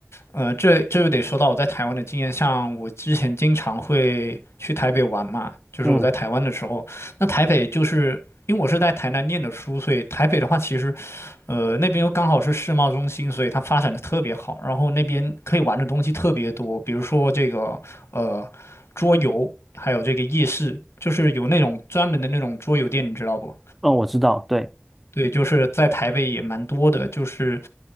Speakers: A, on the left (about 75°); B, in the centre.
A: 呃，这这就得说到我在台湾的经验，像我之前经常会去台北玩嘛，就是我在台湾的时候，
B: 嗯
A: 那台北就是因为我是在台南念的书，所以台北的话其实，呃，那边又刚好是世贸中心，所以它发展的特别好，然后那边可以玩的东西特别多，比如说这个呃桌游，还有这个夜市，就是有那种专门的那种桌游店，你知道不？
B: 嗯，我知道，对。
A: 对，就是在台北也蛮多的，就是